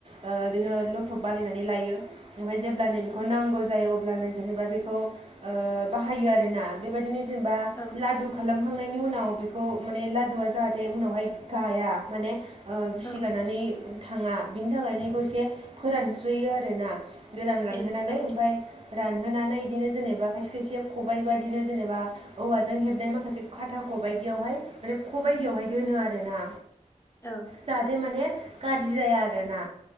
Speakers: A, on the right (about 45°); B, on the left (about 20°).
A: बिदिनो लथब बानायनानै लायो ओमफ्राय जेल नै बे खौ नांगौ जायो अब्लानो जेनेबा बेखौ बाहायो आरोना बेबायदिनो जेनेबा
B: औ।
A: लादु खालामखांनायनि उनाव बेखौ माने लादुआ जाहाथे उनावहाय गाया माने गिसि
B: औ
A: गारानानै थाङा बिनि थाखायनो बेखौ एसे फोरानस्रोयो आरोना गोरान रानहोनानै
B: ए औ
A: ओमफ्राय रानहोनानै बिदिनो जेनेबा खायसे खायसे खबाइबाददिनो जेनेबा औवाजों हेबनाय माखासे खाथा ख बायदियावहाय माने ख बायदियावहाय दोनो आर ना।
B: औ।
A: जाहाथे माने गाज्रि जाया आरोना